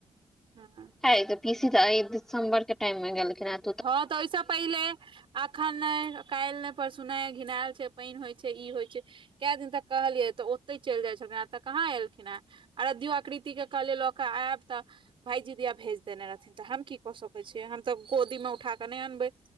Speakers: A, on the right; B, in the centre.
A: हुं।
B: हैइ तऽ पीसी तऽ अइ दिसबर के टाइम मे गेलखिने हैं।
A: हँ त ओई स पहेले अख अखन नहि काल्हि नहि परसु ने घिनायल छै पानि होइ छै ई होइ छै। क दिन तक कहलियै तऽ ओते चलि जाइत छलखिन हे एतऽ कहाँ एलखिन हैं। अरध्यो आकृति के कहलिये लऽ कऽ आयब तऽ भायजी दिया भेज देने रहथिन तऽ हम की कऽ सकैय छियै हम तऽ गोदी मे उठा कऽ नहि अनबैय।